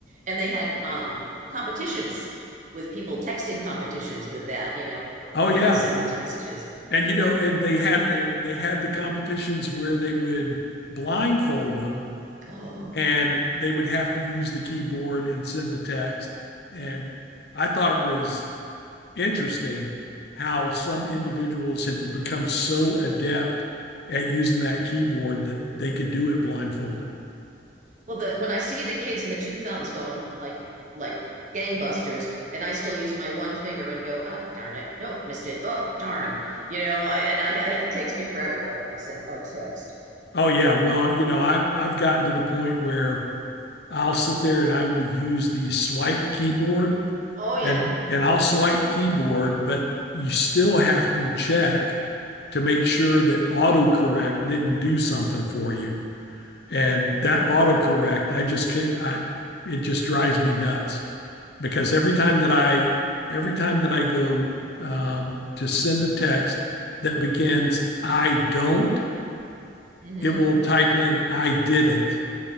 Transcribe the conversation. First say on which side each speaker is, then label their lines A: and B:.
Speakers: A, on the right; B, on the left.
A: And they had um, competitions with people texting competitions with that, you know,
B: Oh
A: that
B: yeah.
A: they could send these messages.
B: And you know, and they had the they had the competitions where they would blindfold them
A: Oh,
B: and they would have to use the keyboard and send a text. And I thought it was interesting how some individuals had become so adept at using that keyboard that they could do it blindfolded.
A: well, the when I see the kids in the two thumbs going like like gangbusters, and I still use my one finger and go, oh darn it, nope, missed it. Oh darn, you know, I and I, I it takes me forever to like, send a text.
B: Oh yeah, well, you know, I I've gotten to the point where I'll sit there and I will use the swipe keyboard
A: Oh yeah.
B: and and I'll swipe keyboard, but you still have to check to make sure that autocorrect didn't do something for you. And that autocorrect, I just can I it just drives me nuts because every time that I every time that I go um, to send a text that begins I don't,
A: Mm-hmm.
B: it will type in I didn't.